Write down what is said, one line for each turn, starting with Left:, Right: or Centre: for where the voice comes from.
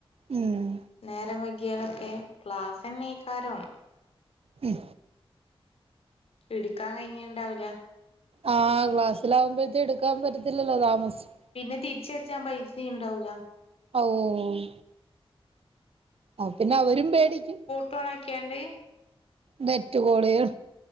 Right: ഉം
Left: നേരം വൈകിയാലൊക്കെ ക്ലാസ് തന്നെയികാരം
Right: മ്മ്
Left: എടുക്കാൻ കഴിഞ്ഞിണ്ടാവില്ല
Right: ആഹ് ക്ലാസ്സില ആകുമ്പോഴത്തുംടുക്കാൻ പറ്റത്തില്ലല്ലോ താമസം
Left: പിന്നെ തിരിച്ചടിച്ചാ പൈസിംണ്ടാവൂല
Right: ഓഹ് അപ്പൊ പിന്നെ അവരും പേടിക്കും
Left: ഫോണക്കിയാണ്ട്
Right: നെറ്റു കോളികൾ